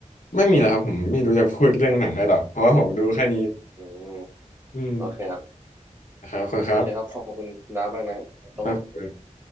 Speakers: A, on the left (about 75°); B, on the right (about 20°).
A: ไม่มีแล้วครับผมไม่รู้จะพูดเรื่องหนังอะไรต่อเพราะว่าผมดูแค่นี้
B: อืม
A: อืม
B: โอเคครับ
A: นะครับขอบคุณครับ
B: โอเคครับขอบคุณคุณดาฟมากนะครับครับผม
A: ครับ